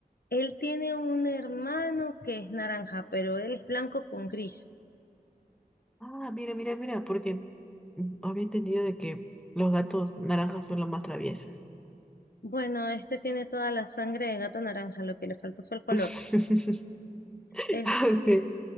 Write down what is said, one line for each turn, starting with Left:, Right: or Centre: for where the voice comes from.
Left: él tiene un hermano que es naranja, pero él es blanco con gris.
Centre: Ah, mira, mira, mira, porque mm, había entendido de que los gatos naranjas son los más traviesos.
Left: Bueno, este tiene toda la sangre de gato naranja, lo que le faltó fue el color.
Centre: <laughs>
Left: Eh,
Centre: Ah, ok.